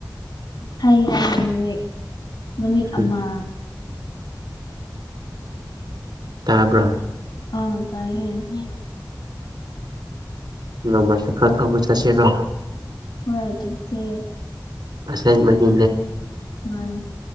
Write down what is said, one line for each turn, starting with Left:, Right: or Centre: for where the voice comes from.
Left: ꯍꯩ ꯌꯥ ꯅꯨꯃꯤꯠ ꯅꯨꯃꯤꯠ
Right: ꯎꯝ
Left: ꯑꯃ
Right: ꯇꯥꯕ꯭ꯔꯥ
Left: ꯑꯥ ꯇꯥꯏꯌꯦ
Right: <unintelligible> ꯁꯦ ꯈꯔ ꯊꯧꯕ ꯆꯠꯁꯤꯅ
Left: ꯍꯣꯏ ꯆꯠꯁꯦ
Right: ꯑꯁꯥꯏ ꯃꯒꯤ
Left: ꯍꯣꯏ